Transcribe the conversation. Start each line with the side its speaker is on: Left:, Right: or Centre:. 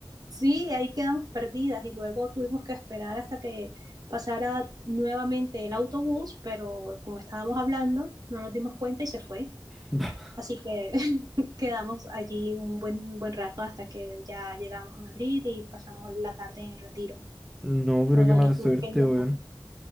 Right: Sí, ahí quedamos perdidas y luego tuvimos que esperar hasta que pasara nuevamente el autobús, pero como estábamos hablando, no nos dimos cuenta y se fue.
Centre: <laughs>
Right: Así que <laughs> quedamos allí un buen, un buen rato hasta que ya llegamos a Madrid y pasamos la tarde en el Retiro.
Centre: No, pero
Right: Luego
Centre: qué mala
Right: ya
Centre: suerte,
Right: tuve que viajar.
Centre: weón.